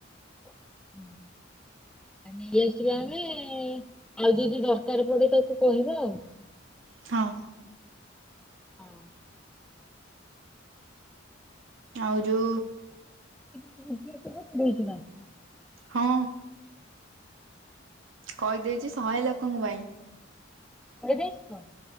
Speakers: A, in the centre; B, on the right.
A: ହୁଁ। <inaudible> ଆ ନେଇ ଆସିବା ଆମେ ଆଉ ଯଦି ଦରକାର ପଡେ ତାକୁ କହିବା ଆଉ।
B: ହଁ।
A: ହଁ।
B: ଆଉ ଯୋଉ।
A: <unintelligible> ଦେଇଥିଲା।
B: ହଁ। କହିଦେଇଛି ଶହେ ଲୋକଙ୍କ ପାଇଁ।
A: କହି ଦେଇଛୁ ତ।